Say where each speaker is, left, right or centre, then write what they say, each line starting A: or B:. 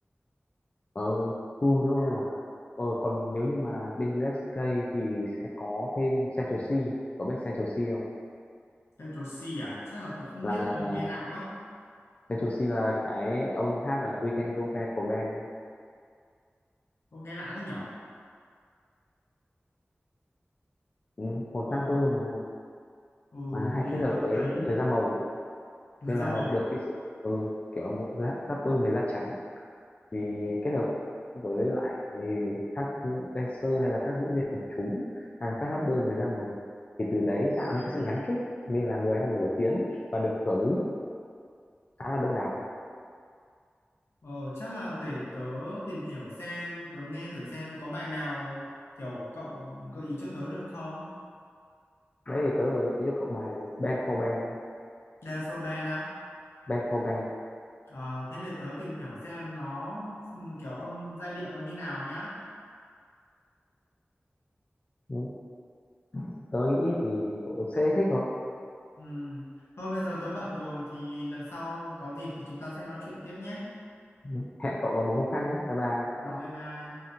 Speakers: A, on the left; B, on the left.
A: Ờ, Bruno ờ, còn nếu như mà bên USK thì sẽ có thêm Central C cậu biết Central C không
B: Central C à chắc là tớ không
A: là
B: biết nghe lạ quá
A: Central C là cái ông hát là We Can Go Bad của band
B: có nghe lạ thế nhở
A: ừ, một
B: Ờ,
A: rapper mà
B: ừ
A: mà hay
B: thì
A: kết hợp
B: tớ
A: với
B: thấy
A: những người da màu
B: người
A: nên
B: da
A: là
B: màu
A: được cái sự ừ, kiểu một rap- rapper người da trắng thì kết hợp với lại ừ, các dancer hay là các diễn viên quần chúng hay là các rapper người da màu thì từ đấy tạo nên cái sự gắn kết nên là người ta nổi tiếng và được hưởng ứng khá là đông đảo
B: ờ, chắc là để tớ tìm hiểu xem tớ nghe thử xem có bài nào kiểu cậu gợi ý cho tớ được không
A: đấy thì tớ vừa gợi ý cho cậu bài Band for Band
B: Dance band á
A: Band for Band
B: Ờ, thế để tớ tìm hiểu xem nó ừm, kiểu âm giai điệu nó như nào nhá
A: ừ. tớ nghĩ thì cậu sẽ thích thôi
B: Ừm, thôi bây giờ tớ bận rồi thì lần sau có dịp thì chúng ta sẽ nói chuyện tiếp nhé
A: ừ. hẹn cậu vào một hôm khác nhé bye bye
B: Ừm, bye bye